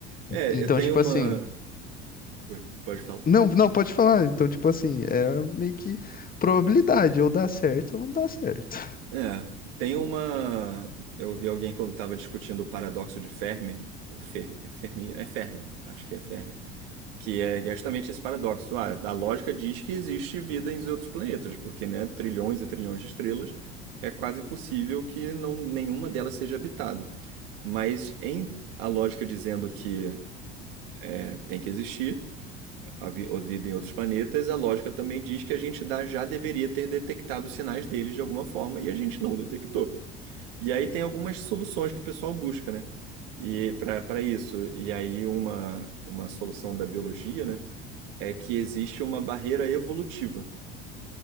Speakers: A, on the right; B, on the left.
A: É,
B: Então,
A: eu tenho
B: tipo
A: uma.
B: assim.
A: Oi, pode falar.
B: Não, não, pode falar. Então, tipo assim, é meio que probabilidade, ou dá certo ou não dá certo.
A: É, tem uma. Eu vi alguém quando tava discutindo o paradoxo de Fermi. ou Fer... é Fermi? É Fermi, acho que é Fermi. Que é é justamente esse paradoxo. Ah, a lógica diz que existe vida em outros planetas, porque, né, trilhões e trilhões de estrelas, é quase impossível que não, nenhuma delas seja habitada. Mas em a lógica dizendo que é, tem que existir a, vi, a vida em outros planetas, a lógica também diz que a gente dá, já deveria ter detectado os sinais deles de alguma forma e a gente não detectou. E aí tem algumas soluções que o pessoal busca, né? E para para isso, e aí uma, uma solução da biologia, né? é que existe uma barreira evolutiva